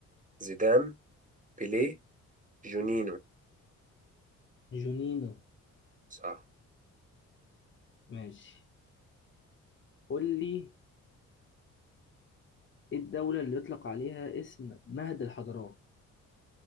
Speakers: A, on the right; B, on the left.
A: زيدان بيليه جونينو
B: جونينو
A: صح
B: ماشي قول لي ايه الدوله اللي يطلق عليها اسم مهد الحضارات